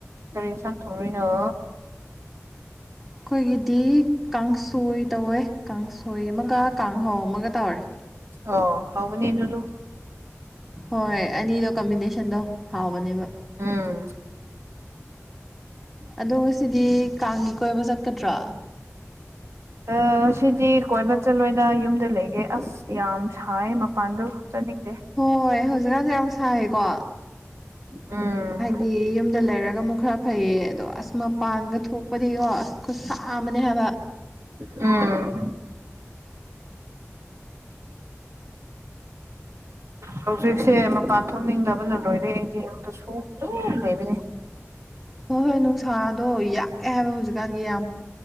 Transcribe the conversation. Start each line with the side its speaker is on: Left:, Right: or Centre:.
Right: ꯀꯔꯤ ꯏꯟꯁꯥꯡ ꯊꯧꯔꯨꯅꯣ
Centre: ꯑꯩꯈꯣꯏꯒꯤꯗꯤ ꯀꯥꯡꯁꯣꯏ ꯇꯧꯋꯦ ꯀꯥꯡꯁꯣꯏ ꯑꯃꯒ ꯀꯥꯡꯍꯧ ꯑꯃꯒ ꯇꯧꯔꯦ
Right: ꯑꯣ ꯍꯥꯎꯕꯅꯤ ꯑꯗꯨꯗꯨ
Centre: ꯍꯣꯏ ꯑꯅꯤꯗꯣ ꯀꯝꯕꯤꯅꯦꯁꯟꯗꯣ ꯍꯥꯎꯕꯅꯦꯕ
Right: ꯎꯝ
Centre: ꯑꯗꯣ ꯉꯁꯤꯗꯤ ꯀꯥꯡꯒꯤ ꯀꯣꯏꯕ ꯆꯠꯀꯗ꯭ꯔꯣ
Right: ꯑ ꯉꯁꯤꯗꯤ ꯀꯣꯏꯕ ꯆꯠꯂꯣꯏꯗ ꯌꯨꯝꯗ ꯂꯩꯒꯦ ꯑꯁ ꯌꯥꯝ ꯁꯥꯏꯌꯦ ꯃꯄꯥꯟꯗꯣ ꯆꯠꯅꯤꯡꯗꯦ
Centre: ꯍꯣꯏ ꯍꯧꯖꯤꯛꯀꯥꯟꯁꯤ ꯌꯥꯝ ꯁꯥꯏꯀꯣ
Right: ꯎꯝ
Centre: ꯗꯤ <unintelligible> ꯌꯨꯝꯗ ꯂꯩꯔꯒ ꯑꯃꯨꯛ ꯈꯔ ꯐꯩꯌꯦ ꯑꯗꯣ ꯑꯁ ꯃꯄꯥꯟꯒ ꯊꯣꯛꯄꯗꯤꯀꯣ ꯑꯁ ꯈꯨꯠꯁꯥ ꯑꯃꯅꯦ ꯍꯥꯏꯕ
Right: ꯎꯝ ꯍꯧꯖꯤꯛꯁꯦ ꯃꯄꯥꯟ ꯊꯣꯛꯅꯤꯡꯗꯕꯅ ꯂꯣꯏꯔꯦ ꯑꯩꯗꯤ ꯌꯨꯝꯗ ꯁꯨꯝ ꯑꯗꯨꯝ ꯂꯩꯕꯅꯤ
Centre: ꯍꯣꯏ ꯍꯣꯏ ꯅꯨꯡꯁꯥꯗꯣ ꯌꯥꯛꯑꯦ ꯍꯥꯏꯕ ꯍꯧꯖꯤꯛꯀꯥꯟꯒꯤ ꯌꯥꯝ